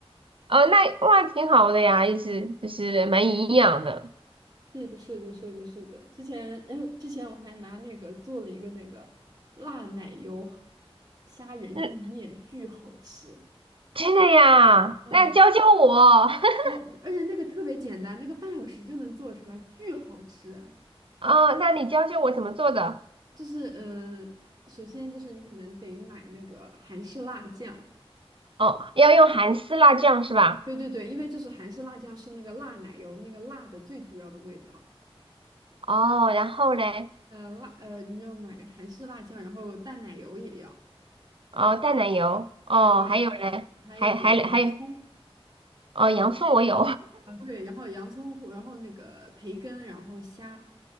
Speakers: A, on the right; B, on the right.
A: 哦，那哇，挺好的呀，意思就是蛮营养的。
B: 是的，是的，是的，是的。之前，哎，之前我还拿那个做了一个那个辣奶油虾仁意面，
A: 嗯，
B: 巨好吃
A: 真的呀，
B: 啊！
A: 那教教我。<laughs>
B: 哦，而且那个特别简单，那个半小时就能做出来，巨好吃。
A: 哦，那你教教我怎么做的？
B: 就是，嗯、首先就是你可能得买那个韩式辣酱，
A: 哦，要用韩式辣酱是吧？
B: 对对对，因为就是韩式辣酱是那个辣奶油那个辣的最主要的味道。
A: 哦，然后嘞，
B: 呃，辣，呃，你要买韩式辣酱，然后淡奶油也要，
A: 哦，淡奶油，哦，
B: 对对，
A: 还有嘞，
B: 还有洋葱。
A: 还还还有，哦，洋葱我有，
B: 啊，对，然后洋葱糊然后那个培根，然后虾，